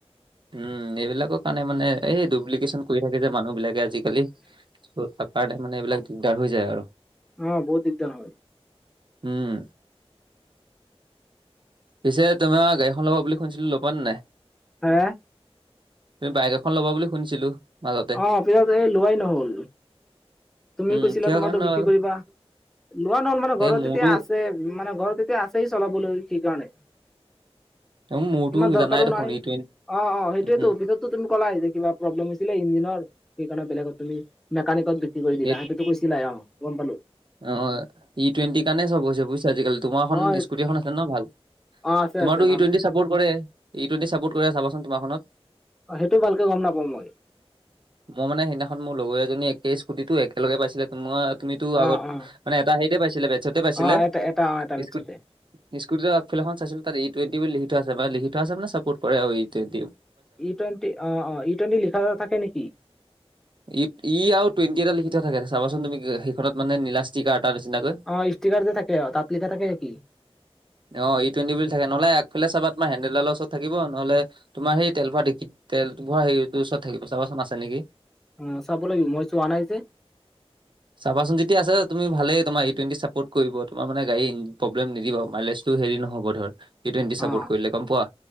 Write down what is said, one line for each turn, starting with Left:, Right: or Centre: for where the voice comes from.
Right: উম এইবিলাকৰ কাৰণে মানে এই ডুপ্লিকেশ্যচন কৰি থাকে যে মানুহ বিলাকে আজিকালি। ত' তাৰ কাৰণে মানে এইবিলাক দিগদাৰ হৈ যায় আৰু।
Centre: অ' বহুত দিগদাৰ হয়।
Right: উম। পিছে তোমাৰ গাড়ী এখন ল'বা বুলি শুনিছিলো ল'বা নে নাই?
Centre: হে'।
Right: তুমি বাইক এখন ল'বা বুলি শুনিছিলো? মাজতে
Centre: অ' পিছত এই লোৱাই নহ'ল। তুমি
Right: উম
Centre: কৈছিলা
Right: কিহৰ
Centre: তোমাৰতো
Right: কাৰণে
Centre: বিক্ৰী
Right: ল'লা?
Centre: কৰিবা? লোৱা নহ'ল মানে ঘৰত
Right: এই মোৰতো
Centre: তেতিয়া আছে মানে ঘৰত তেতিয়া আছে। আছেই চলাবলৈ সেই কাৰণে।
Right: মোৰ মোৰতো
Centre: ইমান দৰকাৰো
Right: জানাই দেখোন
Centre: নাই।
Right: ই
Centre: অ'
Right: টুৱেন
Centre: অ' সেইটোয়েতো
Right: উম
Centre: পিছত তুমি ক'লাই যে কিবা প্ৰব্লেম হৈছিলে ইঞ্জিনৰ সেই কাৰণে বেলেগত তুমি মোকানিকত কৰি দিলা
Right: এই
Centre: সেইটোতো কৈছিলাই, অ' গ'ম পালো।
Right: অ', ই টুৱেণ্টিৰ কাৰণে চব হৈছে বুজিছা আজিকালি। তোমাৰ এখন
Centre: অ
Right: স্কুটি এখন আছিলে ন ভাল।
Centre: অ আছে
Right: তোমাৰতো
Centre: আছে ভাল
Right: ই টুৱেণ্টি
Centre: আছে
Right: চাপৰ্ট কৰে? ই টুৱেণ্টি ছাপৰ্ট কৰেনে চাবাচোন তোমাৰখনত?
Centre: অ', সেইটো ভালকে গ'ম নাপাওঁ মই।
Right: মই মানে সেইদিনাখন মোৰ লগৰীয়াজনী একেই স্কুটি টো একেলগে পাইছিলে তোমাৰ তুমিতো আগত
Centre: অ অ
Right: মানে এটা হেৰিতে পাইছিলে বেটছতে পাইছিলে,
Centre: অ এটা এটা অ এটা পিছতে
Right: স্কুট স্কুটি আগফাল এখন চাইছিল তাত ই টুৱেন্টি বুলি লিখি থোৱা আছে লিখি থোৱা আছে মানে চাপৰ্ট কৰে আৰু ই টুৱেন্টি।
Centre: ই টুৱেণ্টি অ' অ' ই টুৱেণ্টি লিখা থাকে নেকি?
Right: ই আৰু টুৱেণ্টি এটা লিখি থাকে চাবচোন তুমি সেইখনত মানে নীলা ষ্টিকাৰ এটাৰ নিচিনাকৈ।
Centre: অ', ষ্টিকাৰ যে থাকে তাত লিখা থাকে নেকি?
Right: অ', ই টুৱেটি বুলি থাকে। নহ'লে আগফালে চাবা তোমাৰ হেণ্ডেলদালৰ ওচৰত থাকিব। নহলে তোমাৰ সেই তেল ভৰোৱা দিক-তেল ভৰোৱা হেৰিটোৰ ওচৰত থাকিব চাবাচোন আছে নেকি?
Centre: অ', চাব লাগিব মই চোৱা নাই যে।
Right: চাবাচোন যেতিয়া আছে তুমি ভালেই তোমাৰ ই টুৱেণ্টি চাপৰ্ট কৰিব তোমাৰ মানে গাড়ী প্ৰব্লেম নিদিব। মাইলেজ টো হেৰি নহ'ব ধৰ, ই টুৱেণ্টি
Centre: অ
Right: চাপোৰ্ট কৰিলে গম পোৱা।